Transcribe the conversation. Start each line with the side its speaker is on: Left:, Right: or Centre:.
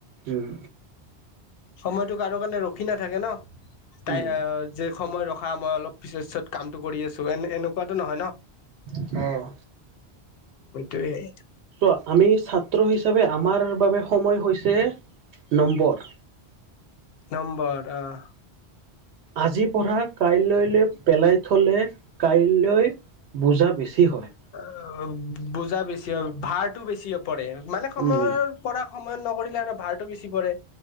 Right: উম।
Left: সময়টো কাৰো কাৰণে ৰখি নাথাকে ন। তাই
Right: উম
Left: যে সময় ৰখা মই অলপ পিছৰ, পিছত কামটো কৰি আছো এ, এনেকোৱা এনে কোৱাটো নহয় ন
Right: উম অ
Left: তোৱেই।
Right: চোৱা আমি ছাত্ৰ হিচাপে আমাৰ বাবে সময় হৈছে নম্বৰ।
Left: নম্বাৰ অহ।
Right: আজি পৰা় কাইলৈলৈ পেলাই থলে কাইলৈ? বুজা বেছি হয়।
Left: অ, বুজা বেছি আৰু ভাৰটো বেছি- পৰে, মানে সময়ৰ
Right: উম।
Left: পৰা সময়ত নকৰিলে আৰু ভাল টো বেছি পৰে